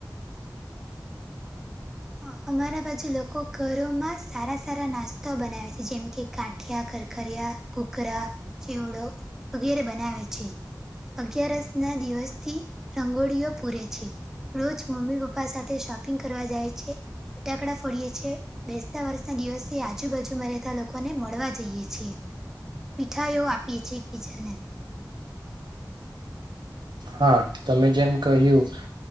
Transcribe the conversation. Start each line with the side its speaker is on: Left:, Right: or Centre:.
Centre: હા અમારા બાજુ લોકો ઘરોમાં સારા સારા નાસ્તા બનાવે છે જેમ કે.. ગાંઠિયા કરખરિયા કુકરા ચીવડો વગેરે બનાવે છે.. અગિયારસ ના દિવસથી રંગોળીઓ પૂરે છે.. રોજ મમ્મી પપ્પા સાથે શોપિંગ કરવા જાય છે ફટાકડા ફોડીએ છે.. બેસતા વર્ષના દિવસે આજુબાજુમાં રહેતા લોકોને મળવા જઈએ છીએ.. મીઠાઈઓ આપીએ છીએ એકબીજાને
Right: હા, તમે જેમ કહ્યું.